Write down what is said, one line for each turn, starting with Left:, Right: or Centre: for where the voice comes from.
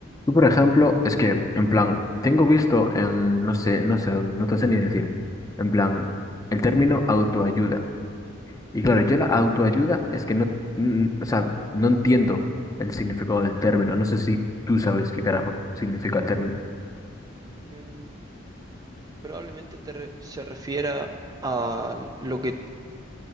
Left: Tú, por ejemplo, es que, en plan, tengo visto en, no sé, no sé dónde, no te sé ni decir, en plan, el término autoayuda. Y claro, yo la autoayuda es que no, mm, o sea, no entiendo el significado del término. No sé si tú sabes qué carajo significa el término.
Right: Mm, Probablemente te re- se refiera a lo que